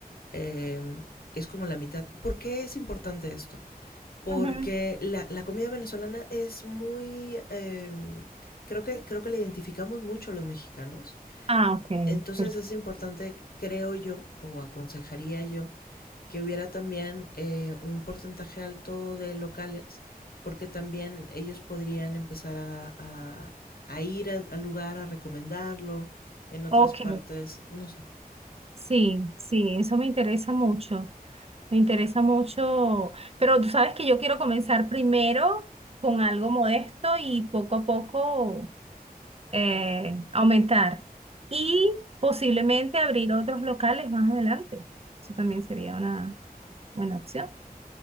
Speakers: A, on the left (about 70°); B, on the right (about 40°).
A: eh, es como la mitad. ¿Por qué es importante esto? porque
B: ujú.
A: la, la comida venezolana es muy... eh, creo, que, creo que la identificamos mucho los mexicanos.
B: Ah, ok,
A: Entonces
B: perfecto.
A: es importante, creo yo, o aconsejaría yo, que hubiera también eh, un porcentaje alto de locales, porque también ellos podrían empezar a, a- a ir al lugar, a recomendarlo en otras
B: Ok,
A: partes, no sé.
B: sí, sí, eso me interesa mucho, me interesa mucho, pero tú sabes que yo quiero comenzar primero con algo modesto y poco a poco eh, aumentar y posiblemente abrir otros locales más adelante. Eso también sería una buena opción.